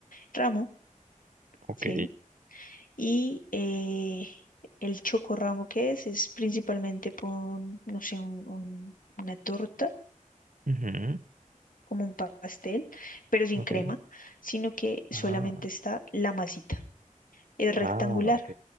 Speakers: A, on the left; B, on the right.
A: Ramo,
B: Ok.
A: ¿sí? Y eh, el chocorramo que es, es principalmente pon, no sé, un- un- una torta,
B: Ujú,
A: como un pa- pastel, pero sin
B: Ok.
A: crema, sino que
B: Ah.
A: solamente está la masita. Es rectangular,
B: Ah, ok.